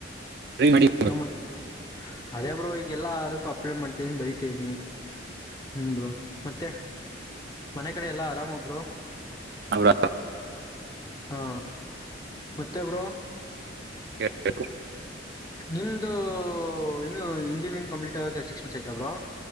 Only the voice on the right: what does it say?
ಹ್ಮ್
ಅವರ
ಎಬೇಕಕ್ಕು.